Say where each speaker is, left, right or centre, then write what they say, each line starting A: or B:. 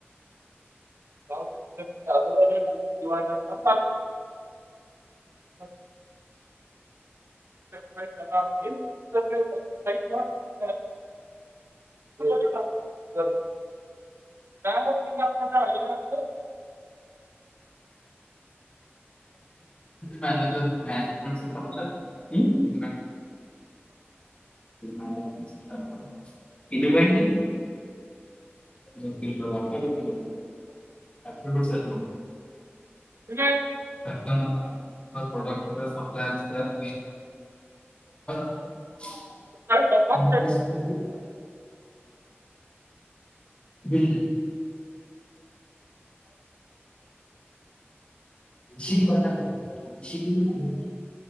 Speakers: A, on the right; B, on the left.
A: <unintelligible> ಹ <unintelligible> ಅತ <unintelligible>
B: ಮ್ಯಾನೇಜ್ ಸೀಟ್ ತಗೊಂದ್ರೆ ಹೂ ಹೂ ಇದುವೆಂಟ್ರಿ ಗೊತ್ತಿಲ್ಲ ಗರ್ತ ಗೊತ್ತಿಲ್ಲ ಗ್ರ ಬಿ ನೋ
A: ಉದಯ <unintelligible>
B: ಕಸ್ಮ ಪ್ರಡಕ್ಟ್ ಸಪ್ಲರ್ <unintelligible> ಹ
A: ಆಯ್ಾಯಾ
B: ಹ <unintelligible> ಬಿಲ್ ಸೀತಾ <unintelligible>